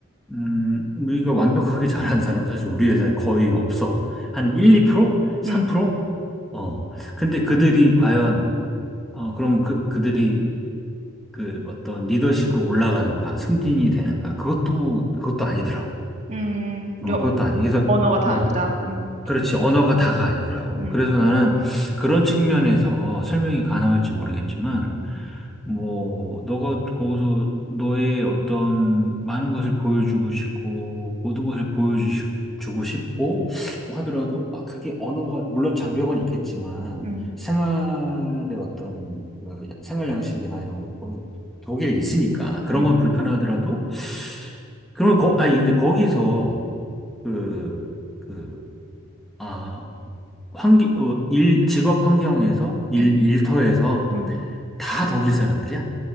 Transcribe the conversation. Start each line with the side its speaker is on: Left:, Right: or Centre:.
Centre: 음, 우리가 완벽하게 잘하는 사람은 사실 우리 회사에 거의 없어. 한 1, 2%? 3%?
Right: 음, 음, 음,
Centre: 어. 근데 그들이 과연 어 그럼 그 그들이 그 어떤 리더십으로 올라가는가, 승진이 되는가? 그것도 그것도 아니더라고.
Right: 음,
Centre: 어,
Right: 여,
Centre: 그것도 아니. 그래서
Right: 언어가 다
Centre: 어.
Right: 아니다. 음,
Centre: 그렇지. 언어가
Right: 음,
Centre: 다가 아니더라고.
Right: 음,
Centre: 그래서
Right: 음,
Centre: 나는 그런 측면에서 설명이 가능할지 모르겠지만,
Right: 음,
Centre: 뭐, 너가 거기서 너의 어떤 많은 것을 보여주고 싶고, 모든 것을 보여주고 싶고, 뭐 하더라도, 아, 그게 언어가, 물론 장벽은 있겠지만,
Right: 음,
Centre: 생활의 어떤, 그 생활 양식이나 이런 거, 뭐 독일에 있으니까, 그런
Right: 음,
Centre: 건 불편하더라도, 그런 거, 아니, 근데 거기서, 그, 그, 아, 환기, 어, 일, 직업 환경에서, 일,
Right: 음,
Centre: 일터에서
Right: 음.
Centre: 다 독일 사람들이야?